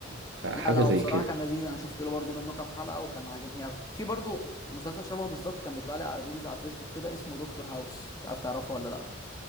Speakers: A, on the right (about 60°); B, on the left (about 20°).
A: فحاجة
B: لا لا هو
A: زي
B: بصراحة
A: كده
B: كان لذيذ انا شفت له برضو منه كام حلقة وكان عاجبني قوي في برضو مسلسل شبهه بالظبط كان بيطلع لي على الريلز على الفيسبوك كده اسمه دكتور هاوس مش عارف تعرفه ولا لا